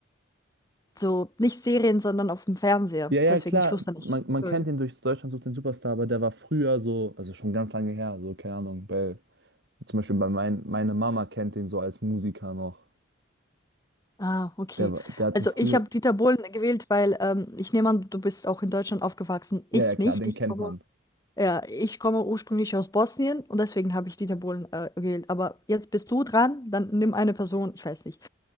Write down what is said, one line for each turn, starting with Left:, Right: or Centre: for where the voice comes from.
Left: so nicht Serien, sondern auf dem Fernseher.
Right: ja, ja,
Left: Deswegen,
Right: klar,
Left: ich wusste nicht.
Right: man, man
Left: Sorry.
Right: kennt ihn durch Deutschland sucht den Superstar, aber der war früher so, also schon ganz lange her, so, keine Ahnung, bei, zum Beispiel bei mein, meine Mama kennt ihn so als Musiker noch.
Left: Ah, okay.
Right: Der, war- der hatte
Left: Also
Right: früher,
Left: ich habe Dieter Bohlen gewählt, weil ähm, ich nehme an, du bist auch in Deutschland aufgewachsen.
Right: ja,
Left: Ich
Right: ja, klar,
Left: nicht.
Right: den
Left: Ich
Right: kennt
Left: komme
Right: man.
Left: Ja, ich komme ursprünglich aus Bosnien und deswegen habe ich Dieter Bohlen äh, gewählt. Aber jetzt bist du dran, dann nimm eine Person, ich weiß nicht,